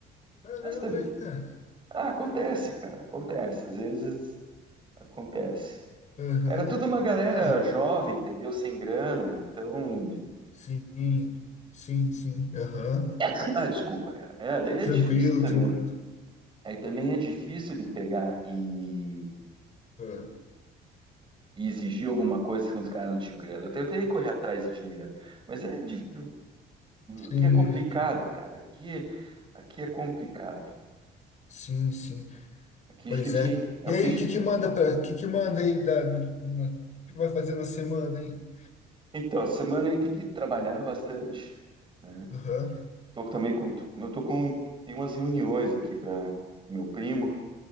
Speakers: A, on the left; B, on the right.
A: Caramba,
B: Mas também.
A: hein, cara.
B: Ah, acontece, cara, acontece. Às vezes acontece.
A: Aham.
B: Era tudo uma galera
A: É,
B: jovem, entendeu? Sem grana, então. de-
A: sim, sim, sim. Aham.
B: <coughs> Ah, desculpa, cara. É, daí é
A: Tranquilo,
B: difícil também.
A: tranquilo.
B: Aí também é difícil de pegar e
A: Ah,
B: e exigir alguma coisa quando os caras não tinham grana. Eu tenho que correr atrás de dinheiro. Mas é. dif-
A: sim,
B: Aqui é complicado, cara. Aqui, aqui é complicado.
A: sim, sim.
B: Aqui
A: Pois
B: a gente tinha
A: é.
B: que. é
A: E
B: o
A: aí,
B: que a gente-
A: o que que manda pra, o que que manda aí da, na- o que que vai fazer na semana aí?
B: Então, a semana aí tem que trabalhar bastante, né?
A: Aham.
B: Tô também com. tô- Eu tô com. Tem umas reuniões aqui para meu primo,